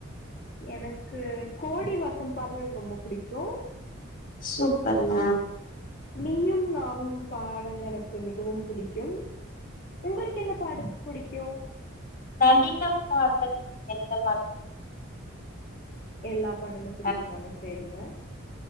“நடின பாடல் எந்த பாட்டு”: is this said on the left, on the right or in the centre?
Left